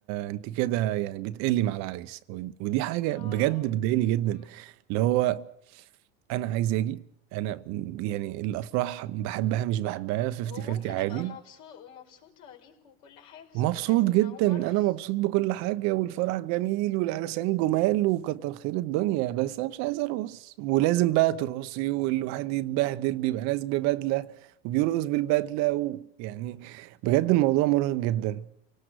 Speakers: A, on the right (about 55°); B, on the left (about 70°).
A: انت كده يعني بتقلي مع العريس ودي حاجة
B: اه
A: بجد بتضايقني جدا
B: مم.
A: اللي هو انا عايز اجي انا م- يعني الافراح بحبها مش بحبها 50
B: وممكن
A: 50 عادي
B: ابقى مبسوط ومبسوطة ليك وكل حاجة بس
A: مبسوط
B: مش لازم
A: جدا
B: اقوم ارقص
A: انا مبسوط بكل حاجه والفرح
B: مم.
A: جميل والعرسان جمال وكتر خير الدنيا بس انا مش عايز ارقص ولازم بقى ترقصي والواحد يتبهدل بيبقى ناس ببدله وبيرقص بالبدله ويعني بجد الموضوع مرهق جدا